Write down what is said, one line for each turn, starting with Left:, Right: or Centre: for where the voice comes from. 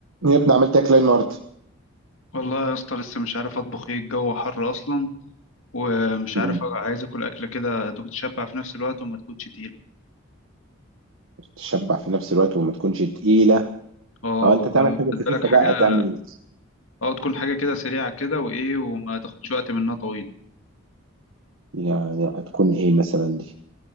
Right: يا ابني عملت اكل إيه النهارده
Left: والله يا اسطى لسه مش عارف اطبخ ايه الجو حر اصلا ومش
Right: مم.
Left: عارف عايز اكل اكله كده تكون تشبع في نفس الوقت وما تكونش تقيله
Right: تشبع في نفس الوقت وما تكونش تقيله
Left: اه
Right: او
Left: و-
Right: انت تعمل حاجه
Left: خد
Right: خفيفه
Left: بالك حاجه
Right: بقى تعمل
Left: اه تكون حاجه كده سريعه كده وايه وما تاخدش وقت منها طويل
Right: يعني هتكون ايه مثلا دي